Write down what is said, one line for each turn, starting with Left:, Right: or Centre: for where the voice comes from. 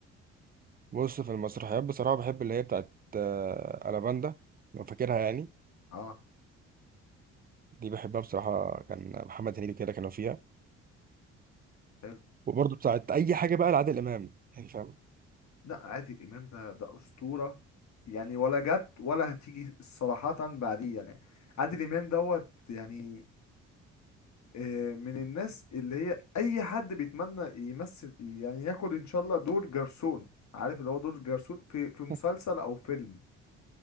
Right: بص في المسرحيات بصراحه بحب اللي هي بتاعت آه، الافاندا لو فاكرها يعني
Left: اه
Right: دي بحبها بصراحة كان محمد هنيدي كده كانوا فيها
Left: حلو
Right: وبرضه بتاعت أي حاجة بقى لعادل إمام يعني فاهم
Left: لا عادل امام ده ده اسطوره يعني ولا جت ولا هتيجي صراحه بعديه يعني عادل امام دوت يعني آه، من الناس اللي هي اي حد بيتمنى يمثل يعني ياخد ان شاء الله دور جرسون عارف اللي هو دور جرسون في في
Right: <laughs>
Left: مسلسل او فيلم